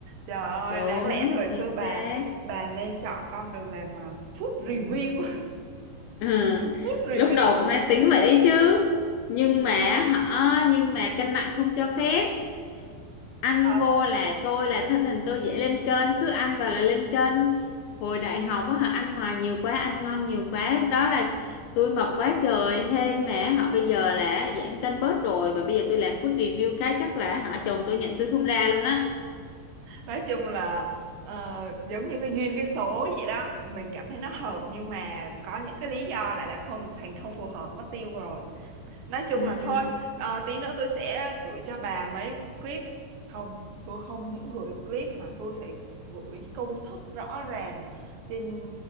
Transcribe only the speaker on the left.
đúng
chính
xác
ừ.
lúc đầu cũng đã tính vậy đấy chứ nhưng mà họ nhưng mà cân nặng không cho phép ăn
vô là tôi là thân hình tôi dễ lên cân cứ ăn vào là lên cân hồi đại
học á họ ăn ngoài nhiều quá ăn ngon nhiều quá lúc đó là tôi mập quá trời hên mà họ bây giờ là giảm cân bớt rồi mà bây giờ tôi làm food review cái chắc là họ chồng tôi nhận tôi không ra luôn á
ừ